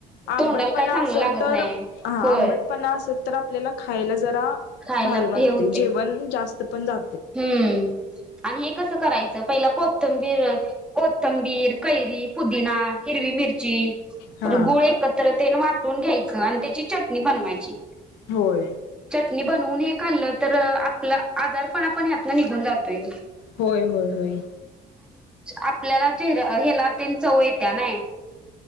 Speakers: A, on the left; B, in the centre.
A: आंबटपणा
B: तोंडाला काय चांगलं
A: असेल
B: लागत
A: तर
B: नाही
A: हा
B: होय
A: आंबटपणा असेल तर आपल्याला खायला जरा
B: खायला
A: भारी वाटते
B: हे होते
A: जेवण जास पंन जा
B: हम्म आणि हे कसं करायचं पहिला कोथंबीर, कोथंबीर, कैरी, पुदिना हिरवी मिर ची,
A: हा.
B: गुळ, एकत्र वाटून घ्यायच त्याची चट नि बनवायची.
A: होय
B: चटणी बनवून हे खाल्लं तर आपला आजार पण आपण यातन निघून जातोय.
A: होय होय होय.
B: आपल्याला हेला तेन चव येत्या नाय